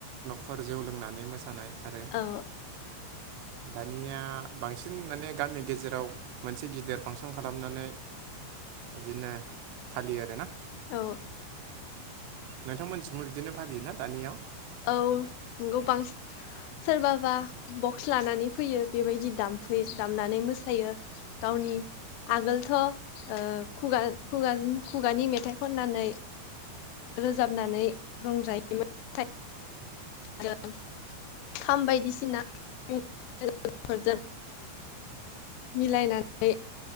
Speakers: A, on the right; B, on the left.
A: खर जौ लोंनानै मोसानाय आरो
B: औ
A: दानिया बांसिन माने गामि गेजेराव मोनसे गिदिर फांसन खालामनानै इदिनो फालियो आरोना
B: औ
A: नोंथांमोननिथिंबो बिदिनो फालियो ना दानिया
B: औ नंगौ बांसि सोरबाबा बक्स लानानै फैयो बेबायदि दामफै दामनानै मोसायो। गावनि आगोलथ' ओ खुगा खुगाजों खुगानि मेथाइ खननानै रोजाबनानै रंजायोमोन आरो खाम बायदिसिनाजों मिलायनानै